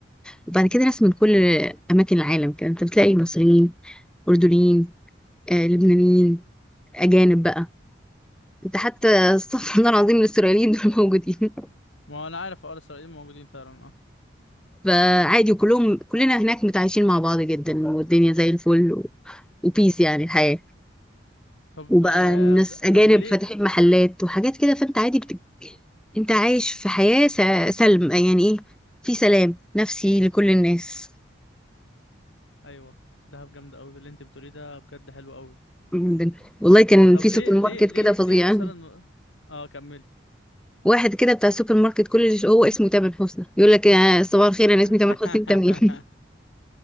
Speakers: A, in the centre; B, on the left.
A: وبعد كده ناس من كل اماكن العالم كده انت بتلاقي مصريين اردنيين آه، لبنانيين اجانب بقى انت حتى استغفر الله <laughs> العظيم الاسرائيليين دول موجودين
B: ما هو انا عارف اه الاسرائيليين موجودين فعلا اه
A: فعادي وكلهم كلنا هناك متعايشين مع بعض جدا والدنيا زي الفل و... وبيس يعني الحياة
B: طب
A: وبقى
B: آه،
A: ناس
B: س-
A: اجانب
B: طب وليه
A: فاتحين محلات وحاجات كده فانت عادي بت... انت عايش في حياة س... سلم يعني ايه في سلام نفسي لكل الناس
B: ايوه دهب جامده قوي اللي انت بتقوليه ده بجد حلو قوي
A: جدا. والله كان
B: طب
A: في
B: ليه
A: سوبر
B: ليه
A: ماركت
B: ليه
A: كده فظيع
B: ليه مثلا اه كملي
A: واحد كده بتاع السوبر ماركت كل اللي هو اسمه تامر حسني يقول لك يا صباح الخير انا اسمي
B: <laughs>
A: تامر حسني انت مين